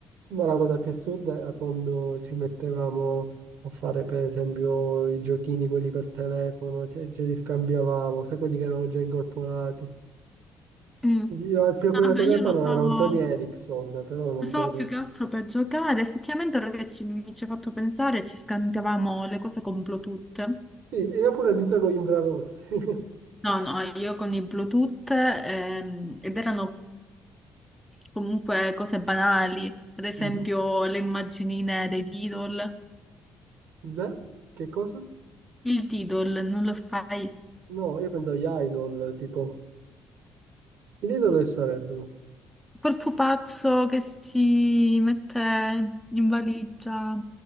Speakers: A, on the right (about 70°); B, in the centre.
A: Ma la cosa più assurda era quando ci mettevamo a fare per esempio i giochini, quelli per telefono, ce, ce li scambiavamo, sai quelli che erano già incorporati.
B: mm.
A: Io, il mio
B: Vabbè,
A: primo telefono
B: io lo usavo,
A: era un
B: lo
A: Sony Ericsson, però non
B: usavo
A: credo.
B: più
A: che-
B: che altro per giocare. Effettivamente, ora che ci- mi ci ha fatto pensare, ci scambiavamo le cose con Bluetooth.
A: Sì, e io pure dicevo infrarossi. <laughs>
B: No, no, io con i Bluetooth, ehm, ed erano comunque cose banali, ad esempio
A: Mhm.
B: le immaginine dei Diddle.
A: Beh, che cosa?
B: Il Diddle, non lo sai?
A: No, io pensavo agli idol, tipo. Gli idol che sarebbero?
B: Quel pupazzo che si mette in valigia,